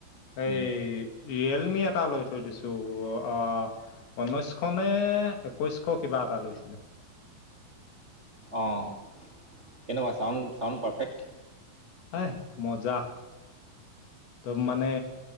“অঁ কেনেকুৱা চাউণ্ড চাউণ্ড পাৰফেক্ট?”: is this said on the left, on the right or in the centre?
Right